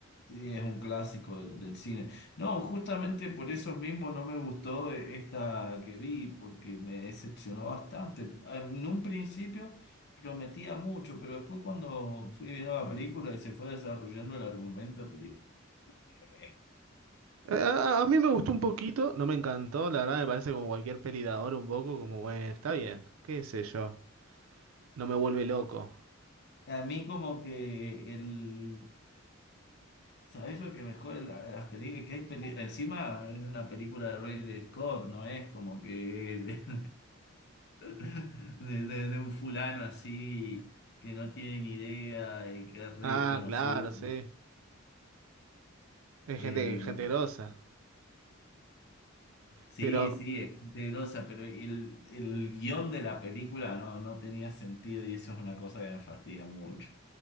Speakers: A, on the left; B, on the right.
A: sí, es un clásico del, del cine. No, justamente por eso mismo no me gustó eh, esta que vi, porque me decepcionó bastante. Ah, En un principio prometía mucho, pero después cuando fui viendo la película y se fue desarrollando el argumento, pues dije, "Eh".
B: Eh, A, a mí me gustó un poquito, no me encantó, la verdad me parece como cualquier peli de ahora un poco, como bueno, está bien, qué sé yo, no me vuelve loco.
A: a mí como que el sabes lo que mejor en la- en las películas? Que hay peli- encima en una película de Ridley Scott, no es como que de, de- de- de un fulano así que no tiene ni idea y que es reconocido.
B: Ah, claro, sí, es
A: Eh,
B: gente, gente grosa,
A: sí,
B: pero
A: sí, es gente grosa, pero el, el guión de la película no, no tenía sentido y eso es una cosa que me fastidia mucho.